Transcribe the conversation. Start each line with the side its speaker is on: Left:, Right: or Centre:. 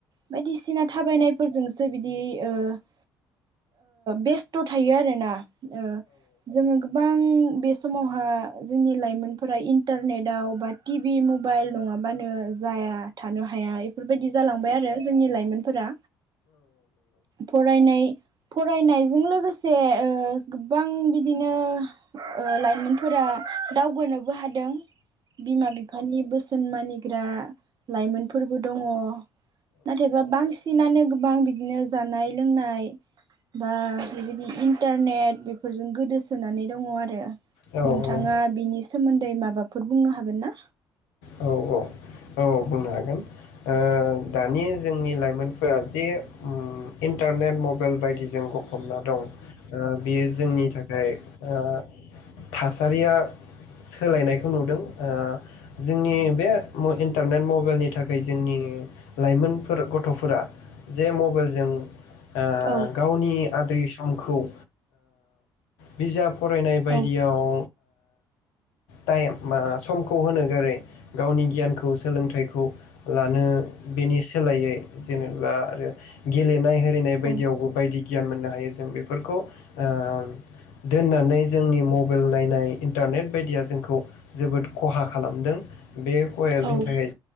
Right: बायदिसिना थाबायनायफोरजोंसो बिदि ओ ओ बेस्थ थायो आरोना ओ जोङो गोबां बे समावहा जोंनि लाइमोनफोरा इन्टारनेटआव बा टिभि मबाइल नङाबानो जाया थानो हाया इफोरबायदि जालांबाय आरो जोंनि लाइमोनफोरा फरायनाय फरायनायजों लोगोसे ओ गोबां बिदिनो ओ लाइमोनफोरा दावगानोबो हादों बिमा बिफानि बोसोन मानिग्रा लाइमोनफोरबो दङ नाथायबा बांसिनानो गोबां बिदिनो जानाय लोंनाय बा बेबायदि इन्टारनेट बेफोरजों गोदोसोनानै दङ आरो
Left: औ औ
Right: नोंथाङा
Left: औ
Right: बिनि सोमोन्दै माबाफोर बुंनो हागोन ना?
Left: औ औ बुंनो हागोन ओ दानि जोंनि लाइमोनफोरा जे उम इन्टारनेट मबाइल बायदिजों गफबना दं ओ बेयो जोंनि थाखाय ओ थासारिया सोलायनायखौ नुदों ओ जोंनि बे इन्टारनेट मबाइलनि थाखाय जोंनि लाइमोनफोर गथफोरा जे मबाइलजों ओ
Right: औ
Left: गावनि गाद्रि समखौ ओ बिजाब फरायनाय बायदियाव
Right: औ
Left: <inaudible> इमा समखौ होनो गोरै गावनि गियानखौ सोलोंथ फिथायखौ लानो बेनि सोलायै जेनेबा आरो गेलेनाय हेरनाय बायदियावबो
Right: औ
Left: बायदि गियान मोननो हायो जों बेफोरखौ ओ दोननानै जोंनि मबाइल नायनाय इन्टारनेट बायदिया जोंखौ जोबोद खहा खालामदों । बे हौवाया जोंनि
Right: औ
Left: थाखाय